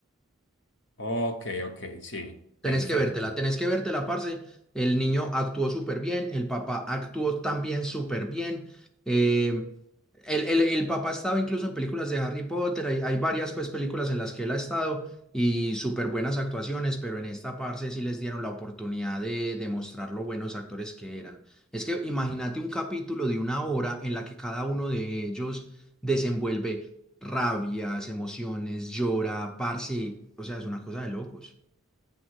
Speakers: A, on the left; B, in the centre.
A: Ok, ok, sí, perfecto.
B: Tenés que vértela, tenés que vértela, parce. El niño actuó súper bien, el papá actuó también súper bien. eh, el, el- el papá estaba incluso en películas de Harry Potter, hay, hay varias pues películas en las que él ha estado y súper buenas actuaciones, pero en esta parce sí les dieron la oportunidad de demostrar lo buenos actores que eran. Es que imagínate un capítulo de una hora en la que cada uno de ellos desenvuelve rabias, emociones, llora, parce, o sea, es una cosa de locos.